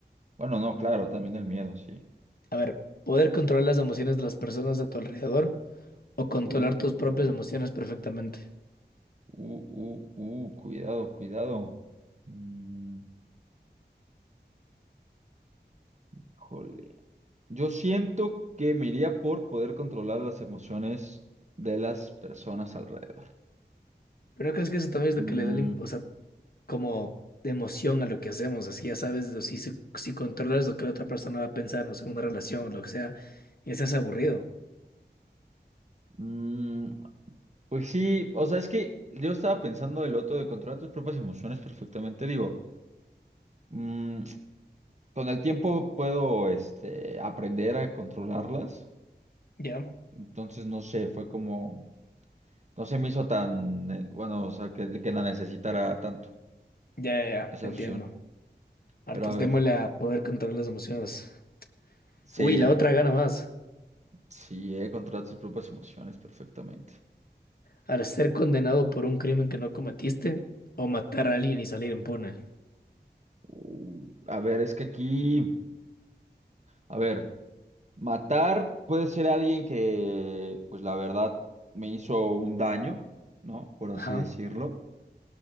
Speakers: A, on the right; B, on the left.
A: bueno, no, claro, también el miedo, sí.
B: A ver, poder controlar las emociones de las personas a tu alrededor o controlar
A: Uh,
B: tus propias
A: uh,
B: emociones perfectamente.
A: uh, uh, cuidado, cuidado. Mm, Híjole. Yo siento que me iría por poder controlar las emociones de las personas alrededor.
B: Pero ¿no crees que eso también es lo
A: mm,
B: que le da, la im- o sea, como emoción a lo que hacemos, así ya sabes, o si, si, si controlas lo que la otra persona va a pensar, no sé, una relación, lo que sea, ya se hace aburrido.
A: Mm, pues sí, o sea, es que yo estaba pensando del otro de controlar tus propias emociones perfectamente. Digo, Mm, con el tiempo puedo, este, aprender a controlarlas.
B: Ya,
A: Entonces, no sé, fue como, no se me hizo tan, eh, bueno, o sea, que, que la necesitara tanto,
B: ya, ya, ya,
A: esa
B: te entiendo.
A: opción.
B: Hartos
A: Pero a ver,
B: démosle a poder controlar las emociones.
A: sí,
B: Uy, la otra gana más.
A: sí, he controlado tus propias emociones perfectamente.
B: Al ser condenado por un crimen que no cometiste o matar a alguien y salir impune.
A: Uh, a ver, es que aquí, a ver, matar puede ser alguien que, pues la verdad, me hizo un daño, ¿no? Por así
B: Ajá.
A: decirlo.